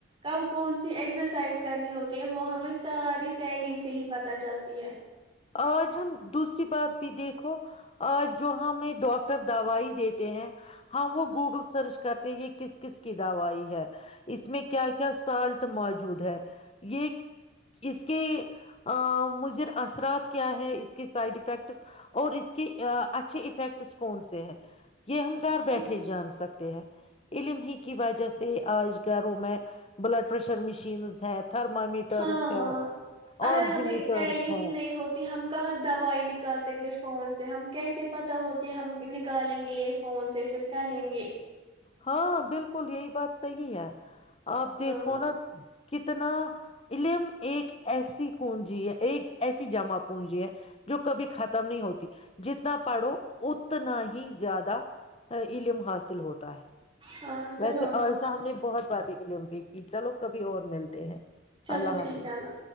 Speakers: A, on the right; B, on the left.
A: کب کون سی ایکسرسائز کرنی ہوتی ہے وہ ہمیں ساری تعلیم سے ہی پتہ چلتی ہے
B: آج ہم دوسری بات بھی دیکھو آج جو ہمیں ڈاکٹر دوائی دیتے ہیں ہم وہ
A: ہاں
B: گوگل سرچ کرتے یہ کس کس کی دوائی ہے اس میں کیا کیا سالٹ موجود ہے یہ اس کے ا مضر اثرات اس کے سائڈ افیکٹس اور اس کے اچھے افیکٹس کون سے ہیں یہ ہم گھر
A: ہاں
B: بیٹھے جان سکتے ہیں علم ہی کی وجہ سے آج گھروں میں بلڈ پریشر مشینز ہے تھرمامیٹرس
A: ہاں
B: ہے
A: ہاں اگر
B: آکز
A: ہمیں
B: میٹرس
A: تعلیم
B: ہے
A: ہی نہیں ہوتی ہم کہاں دوائی نکالتے پہ فون سے ہم کیسے پتہ ہوتی ہے ہم نکالیں گے یہ فون سے پھر کریں گے
B: ہاں بالکل یہی بات صحی ہے آپ دیکھو
A: ہاں
B: نا کتنا علم ایک ایسی کنجی ہے ایک ایسی جمع پونجی ہے جو کبھی ختم نہیں ہوتی جتنا پڑھو اتنا ہی زیادہ علم حاصل ہوتا ہے
A: ہاں چلو
B: ویسے
A: اللہ
B: آٹا
A: حافظ
B: ہم نے بہت بادھی اولمپک کی چلو کبھی اور ملتے ہیں
A: چلو
B: اللہ
A: ٹھیک
B: حافظ
A: ہے اللہ